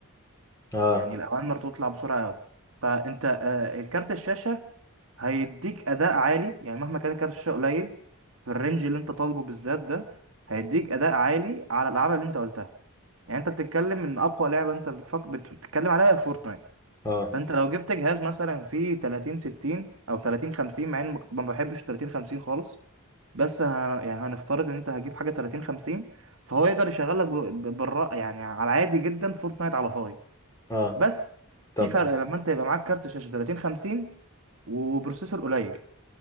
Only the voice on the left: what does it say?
اه
اه
اه
طب